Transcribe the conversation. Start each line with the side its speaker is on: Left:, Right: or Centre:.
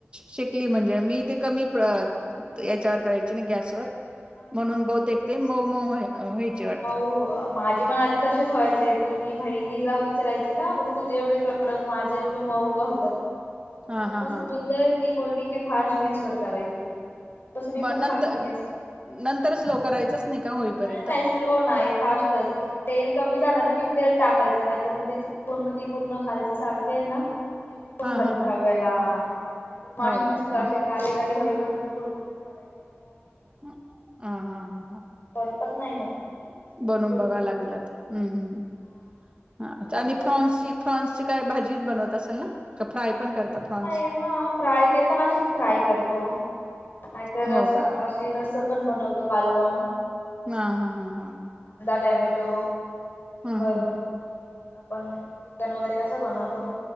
Right: शिकली म्हणजे मी कमी याच्यावर करायची ना गॅसवर
Left: हा हा
Right: म्हणून
Left: हा
Right: बहुतेक ते
Left: नाही
Right: मऊ मऊ व्हायचे
Left: हा
Right: वाटतं
Left: मऊ माझे पण आधी तसेच व्हायचे तर मी बहिणीला विचारयचे ना बोला तुझे एवढे कडक माझे एवढे मऊ का नंतर
Right: हा हा
Left: मग
Right: हा
Left: समजलं ती बोलली की फास्ट गॅस वर करायची
Right: मग
Left: पण
Right: नंतर
Left: फास्ट गॅसवर
Right: नंतर स्लो करायचंच नाही का होईपर्यंत
Left: नाही नाही स्लो नाही फास्टच फक्त तेल कमी झालं ना की तेल टाकायच नाहीत तर मग ते चिपकुन मग ती पूर्ण खालची सालटी आहे ना चिपकुण
Right: हा
Left: जाते
Right: हा हा
Left: काही वेळेला हा नाहीतर मग अशा
Right: हो का
Left: मस्त
Right: ह
Left: असे काळेकाळे होईपर्यंत गुरगुच करायचं नाही
Right: ह ह हा हा हा
Left: करपत नाही मग मस्त
Right: बनवून
Left: कुरकुरीत
Right: बघाव
Left: होते
Right: लागेल तर हम्म हम्मम्
Left: मस्त
Right: अच्छा
Left: लागत
Right: आणि फ्रॉन्सची फ्रॉन्सची काय भाजी बनवत असेल ना का फ्राय पण करता फ्रॉन्स
Left: नाही हा फ्राय ते पण असेच फ्राय करतो नाहीतर
Right: हो
Left: अस
Right: का
Left: अशी रस पण बनवतो कालवण
Right: हा हा हा हा
Left: टोमॅटो
Right: ह
Left: करून आपण चिकन वगैरे कस बनवतो